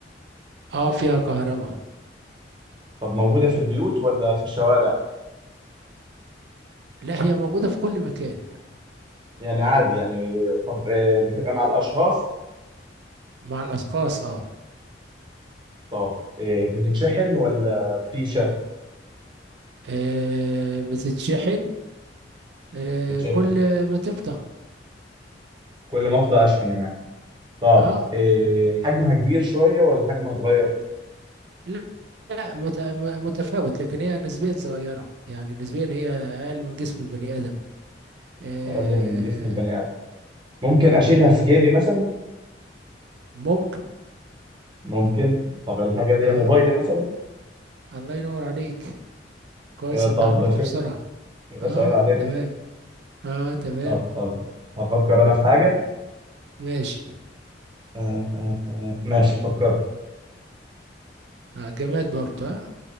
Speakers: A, on the right; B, on the right.
A: اه فيها كهرباء
B: طب موجودة في البيوت ولا في الشوارع
A: لا هي موجودة في كل مكان
B: يعني عادي يعني طب آه، بتبقى مع الأشخاص
A: مع الأشخاص اه,
B: طب آه، بتتشحن ولا بفيشة
A: آه بتتشحن آه
B: بتتشحن
A: كل ما تفضى
B: كل ما افضى اشحنه يعني طب
A: اه
B: آه، حجمها كبير شوية ولا حجمها صغير
A: لا لا، مت- م- متفاوت لكن هي نسبيا صغيرة يعني نسبيا هي أقل من جسم البني آدم آه,
B: اقل من جسم البني آدم ممكن
A: آه
B: اشيلها في جيبي مثلا
A: ممكن
B: ممكن طب الحاجة دي
A: آه
B: موبايلي مثلا
A: الله ينور عليك كويس
B: آه،
A: أنت
B: طب
A: عرفت
B: ده شفت
A: بسرعة
B: يا باشا
A: آه
B: عيب عليك
A: تمام آه تمام
B: طب خلاص هفكر انا في حاجه
A: ماشي
B: آه آه آه. ماشي فكرت
A: آه جماد برضه آه